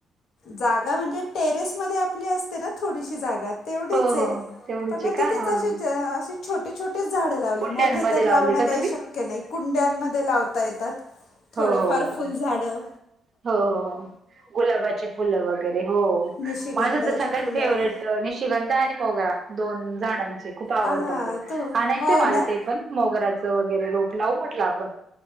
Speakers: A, on the left; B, on the right.
A: जागा म्हणजे टेरेस मधे आपली असते ना थोडीशी जागात. तेवढीचए
B: हो हो हो तेवढीच
A: पण म
B: आहे का
A: तिथेच
B: हा
A: अशीचअ
B: हा
A: अशी. छोटे छोटेच झाडं लावले,
B: कुंड्यांमध्ये
A: मोठे तर
B: लावले
A: लावणं
B: का
A: काही
B: तुम्ही
A: शक्य नाही कुंड्यांमध्ये लावता येतात.
B: हो
A: थोडेफार
B: हो हो
A: फुलझडं.
B: हो हो गुलाबाचे फुलं वगैरे होओ
A: निशिगंधाची
B: माझं तर सगळ्यात
A: फुलं
B: फेवरेट. निशिगंध आणि मोगरा दोन झाडांचे खूप आवडतं
A: हा
B: मला
A: तू
B: आणायचंय
A: हो
B: मला
A: ना
B: ते पण. मोगराचं <inaudible> रोप लावू म्हटलं आपण